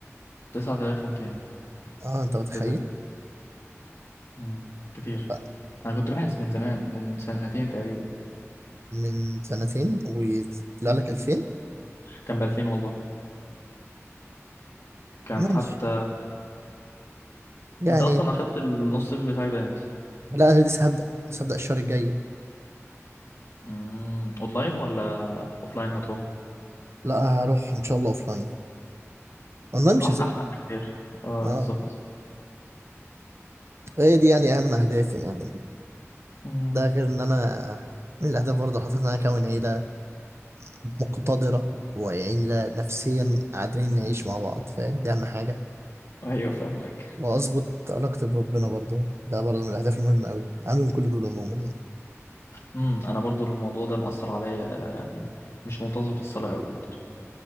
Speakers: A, on the left (about 60°); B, on the right (about 60°).
A: تسعة آلاف ومتين
B: اه انت متخيل
A: للب مم. كتير
B: لا،
A: أنا كنت باحث من زمان من سنتين تقريبا
B: من سنتين ويطلع
A: مم.
B: لك 2000
A: كان بألفين والله كان
B: ماشي
A: حتى
B: يعني
A: أنت أصلا أخدت النص صيف بتاعك ده إمتى؟
B: لا انا لسه هبدا لسه هبدا الشهر الجاي
A: مم. أونلاين ولا أوفلاين هتروح؟
B: لا هروح ان شاء الله اوف لاين اونلاين مش
A: أح
B: هذاكر
A: أحسن بكتير أه
B: اه
A: بالظبط
B: هي دي يعني اهم اهدافي يعني
A: مم.
B: ده غير ان انا من الاهداف برضه حاطط ان انا اكون عيله مقتدرة ويعني لا- نفسيا قادرين نعيش مع بعض فاهم دي أهم حاجة
A: أيوه فاهمك
B: وأظبط علاقتي بربنا برضو ده برضو من الأهداف المهمة أوي أهم من كل دول عموما يعني
A: مم. أنا برضو الموضوع ده مأثر عليا يعني مش منتظم في الصلاة أوي برضو